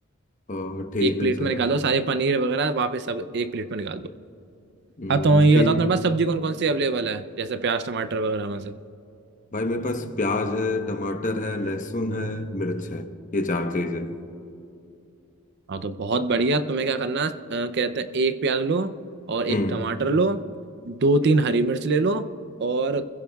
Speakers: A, on the left; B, on the right.
A: और ठीक
B: एक प्लेट
A: है चलो
B: में निकालो सारे पनीर वगैरह वापस सब एक प्लेट में निकाल दो
A: हम्म,
B: हाँ तो ये
A: ठीक
B: बताओ तुम्हारे पास सब्जी कौन कौन सी अवेलेबल है जैसे प्याज टमाटर वगैरह में से
A: भाई मेरे पास प्याज है टमाटर है लहसुन है मिर्च है ये चार चीज है
B: हाँ तो बहुत बढ़िया तुम्हें क्या करना अ, कहते हैं एक प्याज लो और एक
A: हम्म
B: टमाटर लो दो तीन हरी मिर्च ले लो और